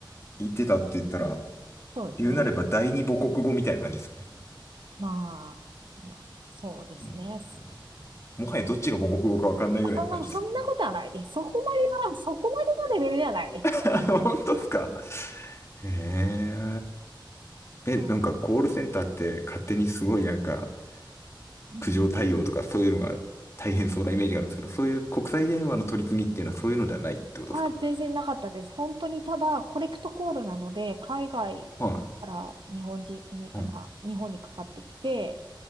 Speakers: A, on the left; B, on the right.
A: 言ってたって言ったら、
B: そうですね。
A: 言うなれば第二母国語みたいな感じですよね。
B: まあ、まあ、そうですね。
A: うんうんもはやどっちが母国語かわかんないぐらいの感じです。
B: あそんな、そんなことはないです。そこまでは、そこまでのレベルではないです。
A: <laughs>
B: <laughs>
A: 本当ですかへえ。
B: は
A: え、なんかコールセンターって勝手にすごいなんか、
B: い。うん
A: 苦情対応とかそういうのが大変そうなイメージがあるんですけど、そういう国際電話の取り次ぎっていうのはそういうのではないってことですか
B: あ、全然なかったです。本当にただ、コレクトコールなので、海外から日本人に、
A: はい。
B: まあ、
A: うん。はい
B: 日本にかかってきて、